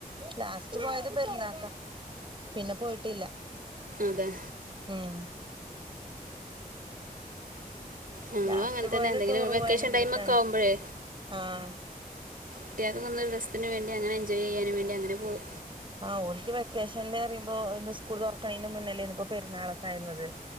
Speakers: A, on the right (about 35°); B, on the right (about 65°).
A: ലാസ്റ്റ് പോയത് പെരുന്നാക്ക പിന്നെ പോയിട്ടില്ല
B: അതെ
A: ഉമ്
B: ഞങ്ങളും
A: ലാസ്റ്റ്
B: അങ്ങൻ തന്ന
A: പോയത്
B: എന്തെങ്കിലും
A: ടൂറ്
B: വെക്കേഷൻ
A: പോയത് ഇബട്ക്കാണ്
B: ടൈമക്കെ ആവുമ്പോഴേ
A: ആഹ്
B: കുട്ടിയേക്കൊന്ന് ഒരു രസത്തിന് വേണ്ടി അങ്ങനെ എൻജോയ് ചെയ്യാനും വേണ്ടി അങ്ങനെ പോവും.
A: ആ ഓൽക്ക് വെക്കേഷൻൽ അറിയുമ്പോ ത് സ്കൂൾ തുറക്കണെന് മുന്നേലേ പൊ പെരുന്നാളൊക്കെ ആയിര്ന്നത്